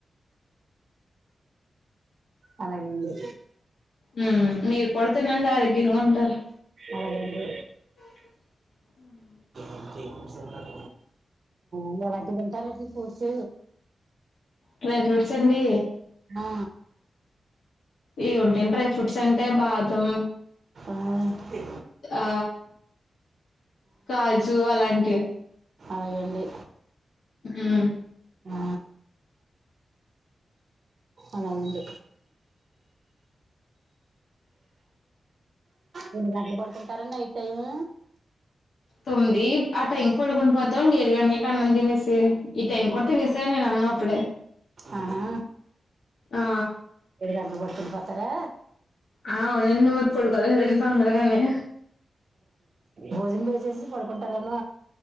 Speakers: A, on the right; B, on the left.
A: అలాగే అండి
B: మ్మ్ మీరు కూడా తినండి ఆరోగ్యంగా ఉంటారు
A: అలాగే అండి
B: హా
A: ఏంటండీ ఏం ఫ్రూట్స్ తింటారు ఇయ్యాల ఎలాంటివి తింటారు ఏంటి ఫ్రూట్స్
B: డ్రై ఫ్రూట్స్ అండి
A: ఆ
B: ఏం ఉంటాయి డ్రై ఫ్రూట్స్ అంటే బాదం
A: ఆ అదే
B: ఆ కాజు అలాంటివి
A: అలాగే అండి
B: హ్మ్
A: ఆ అలాగే అండి ఎన్ని గంటలకి పడుకుంటారండి నైట్ టైము
B: తొమ్మిది ఆ టైం పడుకుండి పోతాం ఏడు గంటలకి అన్నాం తినేసి ఈ టైం కూడా తినేసాను నేను అన్నం అప్పుడే
A: ఆహా
B: ఆ
A: ఏడు గంటలకు పడుకుండిపోతారా
B: ఆ అవునండి మరి పడుకోవాలి కదండి తొందరగానే
A: భోజనం చేసేసి పడుకుంటారమ్మ